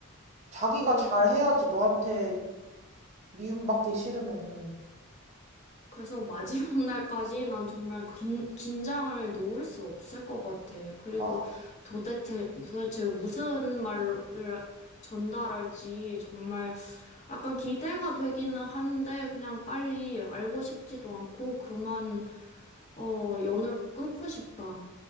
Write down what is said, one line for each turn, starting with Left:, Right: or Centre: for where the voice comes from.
Right: 자기가
Left: 어,
Right: 잘해야지 너한테 미움받기 싫으면은.
Left: 그래서 마지막 <laughs> 날까지 난 정말 긴, 긴장을 놓을 수 없을 것 같아. 그리고
Right: 아,
Left: 도대체, 도대체 무슨 말을 전달할지 정말 약간 기대가 되기는 한데 그냥 빨리 알고 싶지도 않고 그만, 어, 연을 끊고 싶다.